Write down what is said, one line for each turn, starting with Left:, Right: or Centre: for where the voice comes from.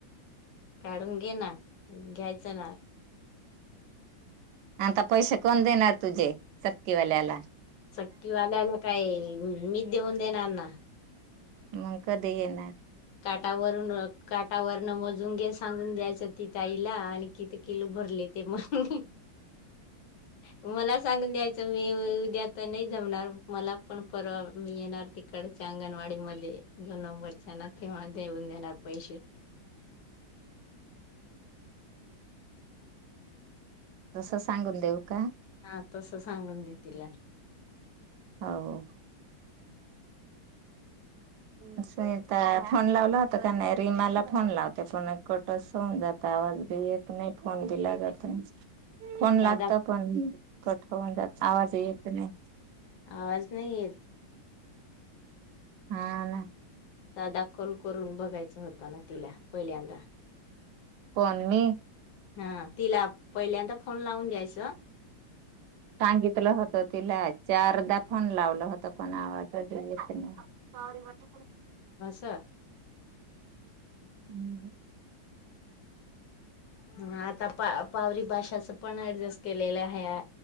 Left: काढून घे ना घ्यायचं ना
Right: आता पैसे कोण देणार तुझे चक्की वाल्याला
Left: चक्कीवाल्याला काय मी नेऊन देणार ना
Right: मग कधी येणार
Left: काटावरून काटावरन मोजून घे सांगून द्यायचं की ताईला आणि किती किलो भरले ते मग मला सांगून द्या मी उद्या आता नाही जमणार मला पण परवा मी येणार तिकडच्या अंगणवाडी मध्ये दोन नंबर च्या तेव्हा नेऊन देणार पैसे
Right: तस सांगून देऊ का
Left: हा तसं सांगून दे तिला
Right: हो तिला फोन लावला होता का नाही रीमा ला फोन लावते पण कट होऊन जातो आवाज बी येत नाही फोन बी लागत नाही फोन
Left: साधा
Right: लागतो फोन कधी कधी नाही लागत नाही येत आवाज <inaudible> येत नाही
Left: आवाज नाही येत
Right: हा ना
Left: दाखल करून बघायचा होता ना तिला पहिल्यांदा
Right: कोण मी
Left: हा तिला पहिल्यांदा फोन लावून घ्यायच
Right: सांगितलं होत तिला चारदा फोन लावला होता कोण आवाज देत न्हवत
Left: असा
Right: हम्म
Left: हा आता पावरी डास ची पण लस केलेलं आहे